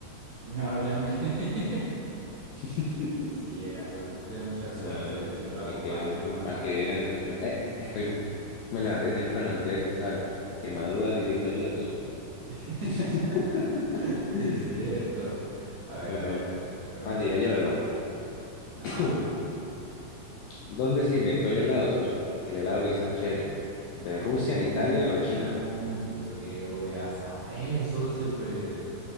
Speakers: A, on the right (about 55°); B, on the left (about 80°).
A: No, Obviamente. <laughs>
B: <laughs>
A: Pues sí, era socio. Usted tiene mucha suerte.
B: Ah,
A: Diosito lo acompaña,
B: para que,
A: se nota.
B: para que veas, socio. Eh, es que hoy me levanté temprano, entonces, ¿sabes? Que madruga y Dios lo ayuda, socio.
A: <laughs>
B: <laughs>
A: Sí, es cierto. A ver,
B: Bueno,
A: a ver, pregúnteme.
B: así ya yo, perdón.
A: Ajá.
B: <clears throat> ¿Dónde se inventó el helado, socio? El helado que es tan chévere. ¿De Rusia,
A: No,
B: Italia o China?
A: pues yo qué voy a saber, socio, pues.